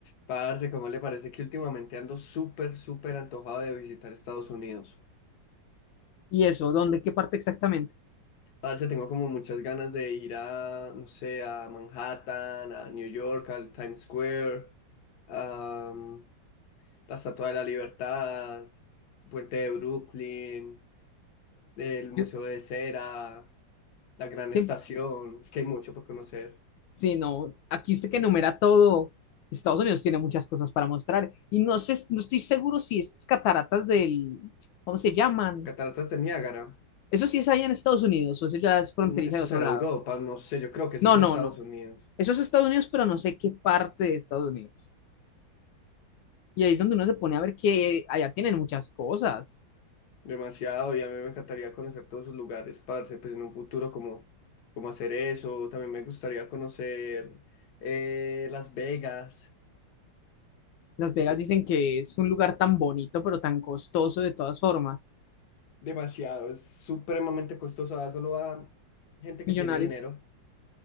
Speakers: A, on the left (about 65°); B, on the left (about 80°).
A: Parce, ¿cómo le parece que últimamente ando súper, súper antojado de visitar Estados Unidos?
B: ¿Y eso? ¿Dónde? ¿Qué parte exactamente?
A: Parce, tengo como muchas ganas de ir a, no sé, a Manhattan, a New York, al Times Square, a mm, la Estatua de la Libertad, Puente de Brooklyn, el Museo
B: Yo
A: de Cera, la Gran
B: siempre,
A: Estación. Es que hay mucho por conocer.
B: sí, no, aquí usted que enumera todo, Estados Unidos tiene muchas cosas para mostrar y no sé, no estoy seguro si estas cataratas del, ¿cómo se llaman?
A: Cataratas de Niágara.
B: Eso sí es allá en Estados Unidos o eso ya es fronteriza
A: No, Eso
B: de otro
A: será
B: lado.
A: Europa, no sé, yo creo que eso
B: No,
A: es Estados
B: no, no.
A: Unidos.
B: Eso es Estados Unidos, pero no sé qué parte de Estados Unidos. Y ahí es donde uno se pone a ver que allá tienen muchas cosas.
A: Demasiado, y a mí me encantaría conocer todos sus lugares, parce, pues en un futuro como, como hacer eso, también me gustaría conocer eh, Las Vegas,
B: Las
A: yo
B: Vegas
A: que
B: dicen que es un lugar tan bonito, pero tan costoso de todas formas.
A: demasiado, es supremamente costoso, ah, solo a gente que
B: Millonarios.
A: tiene dinero